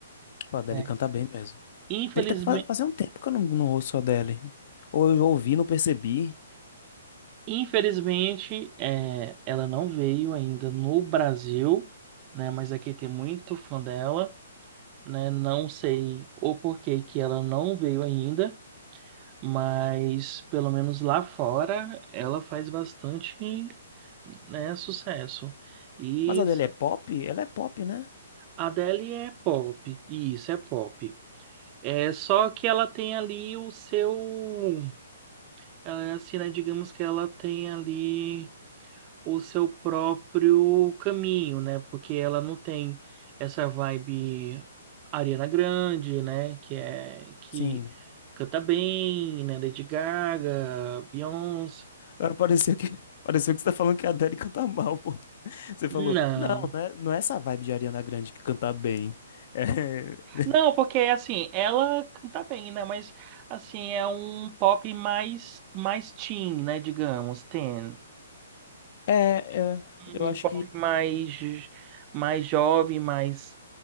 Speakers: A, on the left; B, on the right.
A: Tipo, a Adele
B: né?
A: canta bem mesmo.
B: Infelizme...
A: Adele tá faz, fazia um tempo que eu não, não ouço a Adele. Ou eu ouvi, não percebi.
B: Infelizmente, é, ela não veio ainda no Brasil, né? Mas aqui tem muito fã dela, né? Não sei o porquê que ela não veio ainda, mas pelo menos lá fora ela faz bastante, né, sucesso. E
A: Mas a
B: isso-
A: Adele é pop? Ela é pop, né?
B: a Adele é pop, e isso é pop. É só que ela tem ali o seu, ela é assim, né? Digamos que ela tem ali o seu próprio caminho, né? Porque ela não tem essa vibe Ariana Grande, né? Que é que
A: Sim.
B: canta bem, né? Lady Gaga, Beyoncé.
A: Agora pareceu que, <laughs> pareceu que você tá falando que a Adele canta mal, pô. Você
B: Não,
A: falou, não, né? Não é essa vibe de Ariana Grande que canta bem. <laughs>
B: não, porque assim, ela canta bem, né? Mas assim, é um pop mais mais teen, né? Digamos, teen.
A: É, é, é,
B: um
A: eu acho
B: pop
A: que.
B: mais, mais jovem, mais